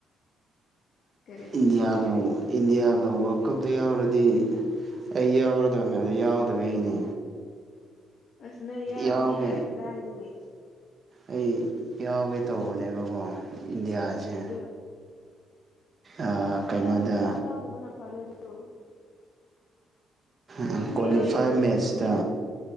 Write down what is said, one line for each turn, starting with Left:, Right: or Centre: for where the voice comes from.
Left: ꯀꯔꯤ
Right: ꯏꯟꯗꯤꯌꯥꯒ ꯏꯟꯗꯤꯌꯥꯒ ꯋꯥꯔꯜ ꯀꯞꯇ ꯌꯥꯎꯔꯗꯤ ꯑꯩ ꯌꯥꯎꯔꯗꯕꯅꯦ ꯑꯗ ꯌꯥꯎꯗꯕꯩꯅꯦ
Left: ꯑꯁ ꯅꯪ ꯌꯥꯎꯔꯗꯤ
Right: ꯌꯥꯎꯒꯦ
Left: ꯌꯥꯔꯦ ꯀꯗꯥꯏꯗꯒꯤ
Right: ꯑꯩ ꯌꯥꯎꯒꯦ ꯇꯧꯕꯅꯦꯕꯀꯣ ꯏꯟꯗꯤꯌꯥꯁꯦ
Left: ꯑꯗꯨ
Right: ꯑꯥ ꯀꯩꯅꯣꯗ
Left: ꯌꯥꯎ ꯌꯥꯎꯗꯕꯅ ꯐꯔꯦ ꯑꯗꯨ
Right: ꯎꯝ
Left: ꯃꯤ
Right: ꯀ꯭ꯋꯥꯂꯤꯐꯥꯏ
Left: ꯂꯣꯏ ꯀꯩꯅꯣ
Right: ꯃꯦꯠꯁꯇ